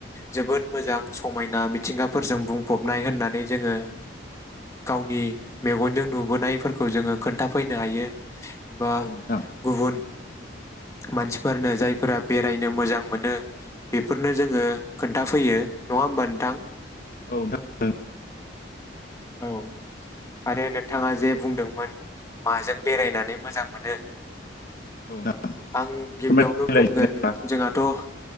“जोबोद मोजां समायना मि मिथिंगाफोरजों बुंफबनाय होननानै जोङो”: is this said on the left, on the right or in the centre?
Left